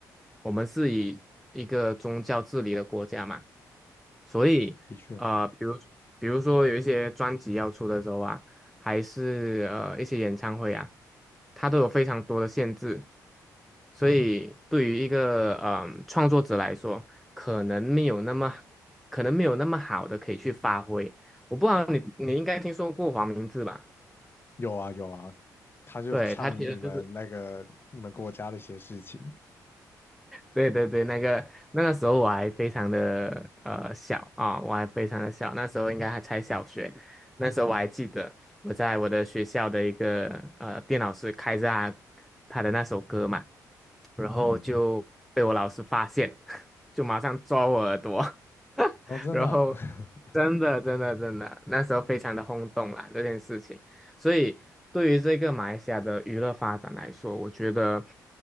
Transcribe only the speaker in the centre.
我们是以一个宗教治理的国家嘛。所以呃，
比如比如说有一些专辑要出的时候啊，还是呃一些演唱会啊，它都有非常多的限制，所以对于一个嗯、呃创作者来说，可能没有那么可能没有那么好的可以去发挥。我不知道你你应该听说过黄明志吧？
对，他其实就是。对对对，那个那个时候我还非常的呃小啊，我还非常的小，那时候应该还才小学。那时候我还记得我在我的学校的一个呃电脑室开着他他的那首歌嘛，然后就被我老师发现，
<laughs> 就马上抓我耳朵，<laughs>
然后
真的真的真的，那时候非常的轰动啦这件事情。所以对于这个马来西亚的娱乐发展来说，我觉得，